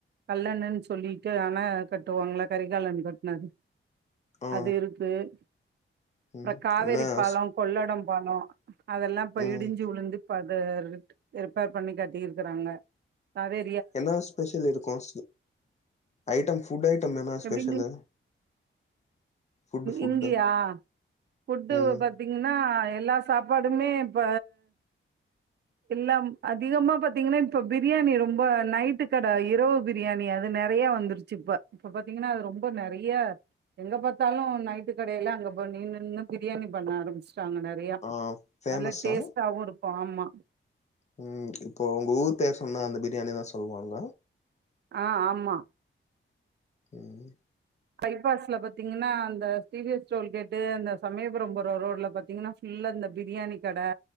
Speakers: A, on the right; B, on the left.
A: கல்லணன்னு சொல்லிட்டு அணை கட்டுவாங்கள்ள கரிகாலன் கட்டினது
B: ஆ
A: அது இருக்கு அப்றம்
B: ம்
A: காவேரி
B: என்ன
A: பாலம்
B: ஸ்
A: கொள்ளடம் பாலம் அதெல்லாம் இப்ப
B: ம்
A: இடிஞ்சு உழுந்து இப்ப அது ரிப்பேர் பண்ணி கட்டிருக்குறாங்க அதே
B: என்ன ஸ்பெஷல் இருக்கும் ஐட்டம் ஃபுட் ஐட்டம் என்ன ஸ்பெஷலு
A: எப்டிங்க
B: ஃபுட்டு ஃபுட்டு
A: இங்கையா ஃபுட் பத்தி
B: ம்
A: பாத்தீங்கன்னா எல்லா சாப்பாடுமே இப்ப இல்ல அதிகமா பாத்தீங்கன்னா இப்ப பிரியாணி ரொம்ப நைட்டு கடை இரவு பிரியாணி அது நிறைய வந்து ந்துச்சி இப்ப இப்ப பாத்தீங்கன்னா அது ரொம்ப நிறைய எங்க பா த்தாலும் நைட்டு கடையில அங்க போய் நின்னு நின்னு பிரியாணி பண்ண ஆரம்பிச்சுட்டாங்க பயா
B: ஆ ஃபேமஸா
A: நல்ல டேஸ்டாவும் இருக்கும் ஆமா
B: ம் இப்போ உங்க ஊர் பேர் சொன்னா அந்த பிரியாணி தா சொல்லுவாங்க
A: ஆ ஆமா
B: உம்
A: பைபாஸ்ல பாத்தீங்கன்னா அந்த டிவிஎஸ் டோல் கேட்டு அந்த சமயபுரம் போற ரோட்ல பாத்தீங்கன்னா ஃபுல்லா இந்த பிரியாணி கடை